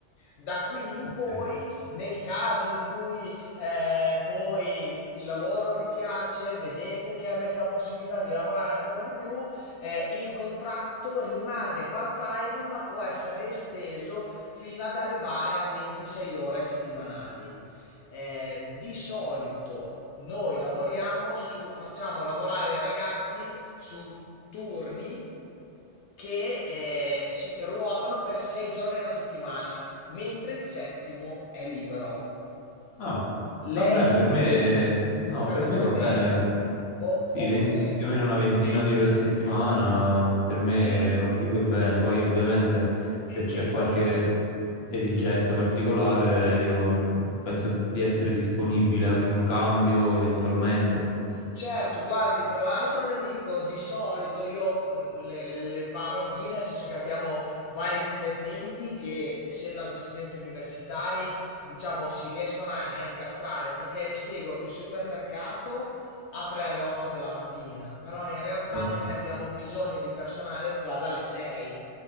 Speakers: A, on the left; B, on the left.
A: Da qui in
B: Ok.
A: poi, nel caso in cui eh, poi il lavoro vi piace, vedete che avete la possibilità di lavorare ancora di più, eh, il contratto rimane part-time, ma può essere esteso fino ad arrivare a 26 ore settimanali. Eh, di solito noi lavoriamo su, facciamo lavorare i ragazzi su turni che, ehm, si ruotano per 6 giorni alla settimana, mentre il settimo è libero.
B: Ah, va
A: Lei
B: bene, per me, no,
A: potrebbe
B: per
A: andare
B: me va
A: bene.
B: bene.
A: O
B: Sì,
A: okay.
B: 20 più o meno una ventina di ore a settimana per me
A: Sì,
B: va più che bene. Poi ovviamente se
A: e
B: c'è
A: esatto.
B: qualche esigenza particolare io mi- penso di essere disponibile anche a un cambio eventualmente.
A: Certo, guardi, tra l'altro le dico, di solito io mm, le, le- le parlo così, nel senso che abbiamo vari dipendenti che, essendo anche studenti universitari, diciamo, si riescono a, a incastrare, perché le spiego, il supermercato apre alle 8 della mattina, però in realtà
B: Ok.
A: noi abbiamo bisogno di personale già dalle 6